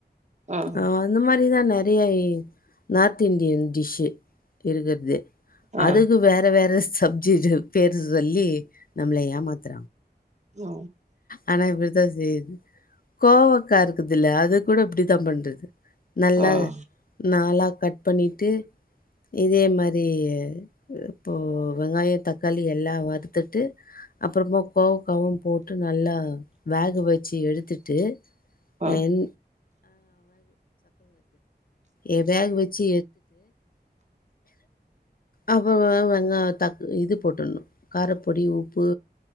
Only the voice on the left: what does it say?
ஆஹ், அந்த மாதிரிதான் நிறைய, நார்த் இண்டியன் டிஷ் இருக்குறது,
அதுக்கு வேற, வேற சப்ஜி பேர சொல்லி, நம்ளயாமாத்
ஆனா இப்படிதான் செய்ரது, கோவக்கா இருக்குதுல்ல, அத கூட இப்படிதான் பண்றது. நல்லா,
நாலா கட் பண்ணிட்டு, இதே மாதிரி, இப்போ வெங்காயம், தக்காளி, எல்லாம் வருறுத்துட்டு அப்புறமா, கோவக்காவும் போட்டு நல்லா, வேக வச்சு எடுத்துட்டு,
நெய் எ வேக வச்சு அப்பறமா வெங்கா தக்கா இது போட்டணும் காரப்பொடி உப்பு